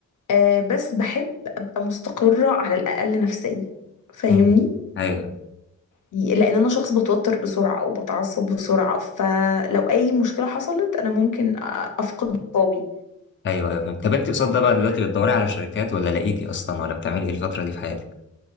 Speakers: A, on the left; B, on the left.
A: آه بس بحب ابقى مستقرة على الاقل نفسيا فاهمني
B: مم. ايوه
A: لان انا شخص بتوتر بسرعة او بتعصب بسرعة فلو اي مشكلة حصلت انا ممكن أ- افقد اعصابي
B: ايوه ايوه فهمت طب انت قصاد ده بقى دلوقتي بتدوري على شركات ولا لقيتي اصلا ولا بتعملي ايه الفتره دي في حياتك